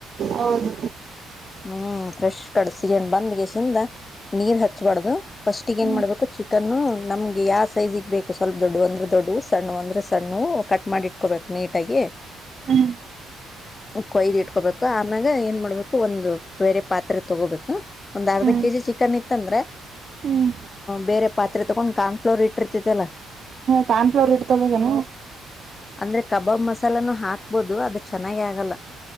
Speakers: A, on the right (about 45°); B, on the left (about 25°).
A: ಹೌದು
B: ಹ್ಮ್. ಫ್ರೆಶ್ ಕಡಸ್ಕಂಡ್ ಬಂದ್ ಗಿಸಿಂದ ನೀರ್ ಹಚ್ಬಾರ್ದು ಫಸ್ಟಿಗೆನ್
A: ಹ್ಮ್
B: ಏನ್ ಮಾಡ್ಬೇಕು ಚಿ <unintelligible> ನ್ನು ನಮ್ಗೆ ಯಾವ ಸೈಜಿಗೆ ಬೇಕು ಸ್ವಲ್ಪ ದೊಡ್ಡುವ್ ಅಂದ್ರೆ ದೊಡ್ಡುವು ಸಣ್ಣವ್ ಅಂದ್ರೆ ಸಣ್ಣವು ಕಟ್ಟ್ ಮಾಡಿ ಇಟ್ಕೋಬೇಕು ನೀಟಾಗಿ.
A: ಹ್ಮ್
B: ಕೊಯ್ದು ಇಟ್ಕೋಬೇಕು ಆಮ್ಯಾಗ ಏನ್ ಮಾಡ್ಬೇಕು ಒಂದು ಬೇರೆ ಪಾತ್ರೆ ತಗೋಬೇಕು ಒಂದ್ ಅರ್ಧ
A: ಹ್ಮ್
B: ಕೆಜಿ
A: ಹ್ಮ್
B: ಚಿಕನ್ ಇತ್ತ ಅಂದ್ರೆ
A: ಹ್ಮ್
B: ಬೇರೆ ಪಾತ್ರೆ ತಗೊಂಡ್ ಕಾಣ್ <unintelligible> ಫಲೋರ್ ಇಟ್ಇರ್ತಿತಲ್ಲ.
A: Cornflour it ತೊಬೇಕೆನು.
B: ಅಂದ್ರೆ ಕಬಾಬ್ ಮಸಾಲನು ಹಾಕ್ಬೋದು ಅದು ಚೆನ್ನಾಗೆ ಆಗಲ್ಲ.